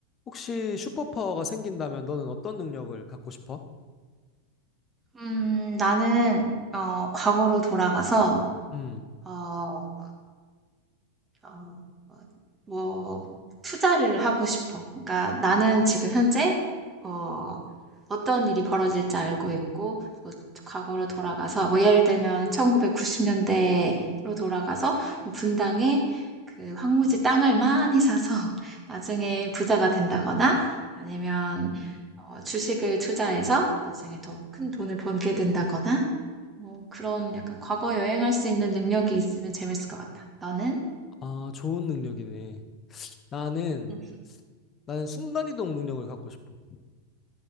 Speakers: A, on the left; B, on the right.
A: 혹시 슈퍼파워가 생긴다면 너는 어떤 능력을 갖고 싶어?
B: 음, 나는, 어, 과거로 돌아가서,
A: 음,
B: 어, 어, 뭐, 투자를 하고 싶어. 그러니까 나는 지금 현재, 어, 어떤 일이 벌어질지 알고 있고, 뭐, 과거로 돌아가서, 뭐, 예를 들면, 1990년대로 돌아가서, 뭐 분당에 그 황무지 땅을 많이 사서, <laughs> 나중에 부자가 된다거나, 아니면, 어, 주식을 투자해서 나중에 더 큰 돈을 벌게 된다거나, 어, 그런 약간 과거 여행할 수 있는 능력이 있으면 재밌을 것 같다. 너는?
A: 아, 좋은 능력이네. 나는,
B: 응.
A: 나는 순간이동 능력을 갖고 싶어.